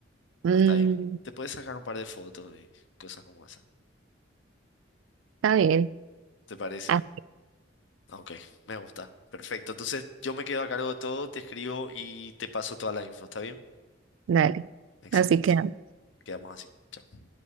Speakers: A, on the right; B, on the left.
A: Mm,
B: Hasta ahí. Te puedes sacar un par de fotos y cosas como esas.
A: está bien.
B: ¿Te parece?
A: Ah,
B: Ah, Ok, me gusta. Perfecto. Entonces yo me quedo a cargo de todo, te escribo y te paso toda la info, ¿está bien?
A: dale.
B: Excelente.
A: Así que.
B: Quedamos así. Chao.